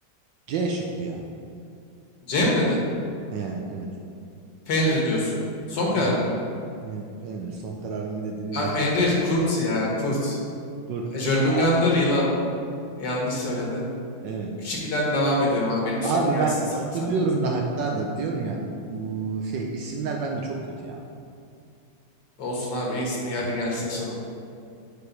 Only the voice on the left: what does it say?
C mi dedin?
Fenrir diyorsun. Son karar
mı?
Ben
Fenrir.
Kurt ya. Kurt.
Jörmungandr
yılan. Yanlış söyledin.
3-2'den devam ediyorum abi. Benim sorum
gelsin
sen,
sen.
Olsun abi iyisin. iyi, Hadi
gelsin sorun.